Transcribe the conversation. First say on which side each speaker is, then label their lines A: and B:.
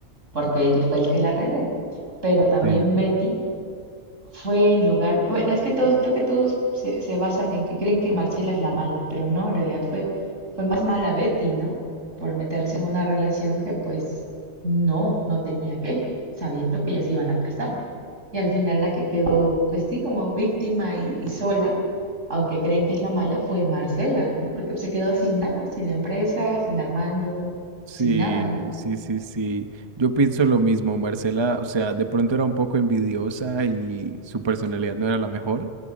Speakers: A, on the right; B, on the right.
A: Porque él fue el que la regó. Pero también
B: sí.
A: Betty fue en lugar, bueno, es que todos, creo que todos se, se basan en que creen que Marcela es la mala, pero no, en realidad fue, fue más mala Betty, ¿no? Por meterse en una relación que pues no, no tenía que, sabiendo que ya se iban a casar. Y al final la que quedó, pues sí, como víctima y, y sola, aunque creen que es la mala, fue Marcela, ¿no? Porque se quedó sin nada, sin la empresa, sin Armando,
B: Sí,
A: sin nada, ¿no?
B: sí, sí, sí. Yo pienso lo mismo, Marcela. O sea, de pronto era un poco envidiosa y su personalidad no era la mejor,